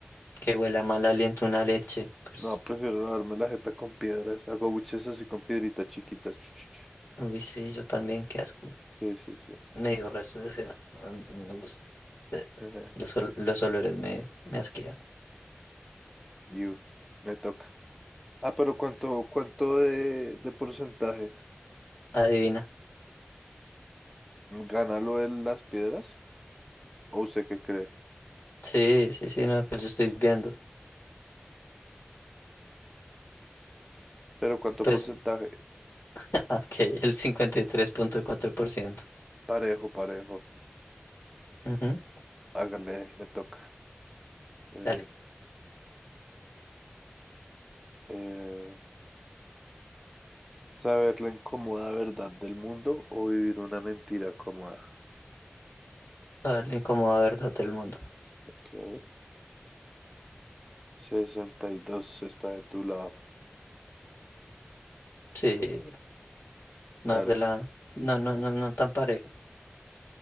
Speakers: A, on the left (about 80°); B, in the centre.
A: Que huela a mal aliento una leche. Pues.
B: No, prefiero darme la jeta con piedras. Hago buches así con piedritas chiquitas. Chu, chu, chu.
A: Uy, sí, yo también, qué asco.
B: Sí, sí, sí.
A: Medio resto de seda. No, no me gusta. Eh,
B: Ajá.
A: Los, ol- los olores me, me asquean.
B: You, me toca. Ah, pero ¿cuánto, cuánto de, de porcentaje?
A: Adivina.
B: ¿Gana lo de las piedras? ¿O usted qué cree?
A: Sí, sí, sí, no, pues yo estoy viendo.
B: Pero ¿cuánto
A: Pues,
B: porcentaje?
A: <laughs> ok, el 53.4%.
B: Parejo, parejo.
A: Ujú,
B: Hágale, me toca. Eh,
A: Dale.
B: eh, saber la incómoda verdad del mundo o vivir una mentira cómoda.
A: A ver, la incómoda verdad del mundo.
B: Ok. sesenta y dos está de tu lado.
A: Sí. Más
B: Dale.
A: de la... No, no, no, no tan parejo.